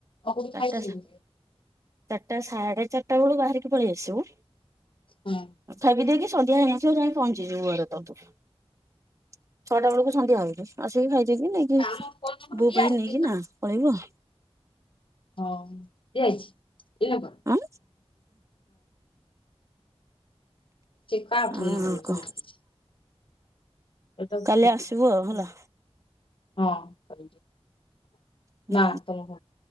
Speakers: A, on the left (about 55°); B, on the right (about 30°).
A: ଆଉ କୋଉଠି
B: ଚାରିଟା
A: ଖାଇପାରିବି
B: ଚାରିଟା ସାଢେ ଚାରିଟା ବେଳୁ ବାହାରିକି ପଳେଇ ଆସିବୁ।
A: ହଁ।
B: ଫବି ଦେ କିି <unintelligible> ସଧଆ ହେ ଅ ଯାଇ ପହଞ୍ଚିଯିବ ଘୁରେ ତୁ ଛଅଟା ବେଳକୁ ସନ୍ଧ୍ୟା ଭଉଛ ଆସିକି ଖାଇଯ କିି ନାଇଁ।
A: ଆମ ଫୋନ ନମ୍ବର
B: ବୋ
A: ଦିଆହେଇଛି
B: ପାଇଁ ନେଇକି
A: ଦେଖିଲୁ
B: ନା ପଳେଇବୁ
A: ହଁ ଯ ଯାଇଛି ଏଥି
B: ଆଉ ଆଁ
A: କାହା
B: ହ
A: ଫୋନ ନମ୍ବର ଏଠି
B: କହ?
A: ଲେଖିଛି ଏଟା
B: କାଲି
A: ଫୋନ
B: ଆସିବୁ
A: ନମ୍ବର
B: ଆଉ
A: ଏଟା
B: ହେଲା।
A: ହଁ
B: ହୁଁ
A: ନା ତମ